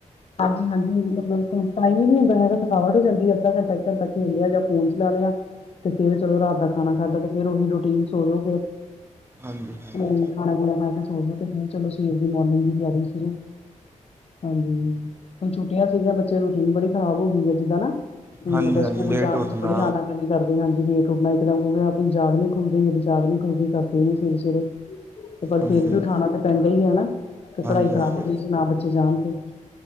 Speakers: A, on the left (about 50°); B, on the right (about 20°).
A: ਹਾਂਜੀ-ਹਾਂਜੀ, ਮੱਤਲਬ ਟਾਈਮ ਹੀ ਨਹੀਂ ਹੁੰਦਾ, ਹੈਗਾ ਥਕਾਵਟ ਹੋ ਜਾਂਦੀ ਅੱਧਾ ਘੰਟਾ ਇੱਕ ਘੰਟਾ ਖੇਲਿਆ ਜਾਂ ਫੋਨ ਚਲਾ ਲਿਆ, ਤੇ ਫਿਰ ਚਲੋ ਰਾਤ ਦਾ ਖਾਣਾ ਖਾਧਾ ਤੇ, ਫਿਰ ਉਹੀ ਰੂਟੀਨ ਸੋਜੋ ਫਿਰ
B: ਹਾਂਜੀ, ਹਾਂਜੀ
A: ਹੂੰ, ਖਾਣਾ ਖੂਣਾ ਖਾ ਕੇ ਸੋਚਦੇ ਚਲੋ, ਸਵੇਰ ਦੀ ਮੋਰਨਿੰਗ ਦੀ ਤਿਆਰੀ ਸ਼ੁਰੂ ਹਾਂਜੀ, ਹੁਣ ਛੁੱਟੀਆਂ ਸੀਗੀਆਂ, ਬੱਚੇ ਰੂਟੀਨ ਬੜੀ ਖਰਾਬ ਹੋ ਗਈ ਹੈ, ਜਿੱਦਾ ਨਾ ਹੂੰ,
B: ਹਾਂਜੀ
A: ਮੱਤਲਬ
B: ਹਾਂਜੀ
A: ਸਕੂਲ
B: ਲੇਟ
A: ਜਾਣ
B: ਉੱਠਣਾ
A: ਵਿੱਚ ਬੜੀ ਆਨਾ ਕਰਦੇ, ਹਾਂਜੀ ਲੇਟ ਉੱਠਣਾ, ਇੱਕਦਮ ਕਿਉਂਕ ਆਪਣੀ ਜਾਗ ਨਹੀਂ ਖੁੱਲਦੀ, ਮੇਰੀ ਜਾਗ ਨੀ ਖੁੱਲਦੀ, ਕਰਦੇ ਨੇ ਸਵੇਰੇ-ਸਵੇਰੇ। ਤੇ ਪਰ
B: ਹਾਂਜੀ
A: ਫਿਰ ਵੀ ਉਠਾਣਾ ਤਾਂ ਪੈਂਦਾ ਹੀਹੈ ਹਣਾ। ਤੇ
B: ਹਾਂਜੀ
A: ਪੜ੍ਹਾਈ ਖ਼ਰਾਬ
B: ਹਾਂਜੀ
A: ਹੁੰਦੀ, ਜੇ ਨਾ ਬੱਚੇ ਜਾਣ ਤੇ।